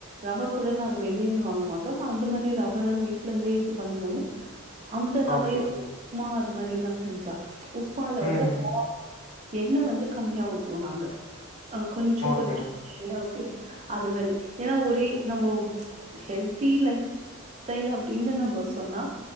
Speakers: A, on the right (about 30°); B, on the left (about 85°).
A: ரவ கூட நாங்க வெளியர்ந்து வாங் மாட்டோ அந்த மாரி ரவ வீட்லர்ந்தே இது பண்ணு அந்த ரவைல
B: ஓகே.
A: உப்மா அது மாரில்லா செஞ்சா உப்மால
B: ம்.
A: வந்து <inaudible> எண்ண வந்து கம்மியா ஊத்துவோ நாங்க அ கொஞ்ச
B: ஓகே.
A: கொஞ்சோ எண்ண ஊத்தி அது மாரி ஏனா ஒரே நம்போ ஹெல்த்தி லைஃப் ஸ்டைலு அப்டின்னு நம்ப சொன்னா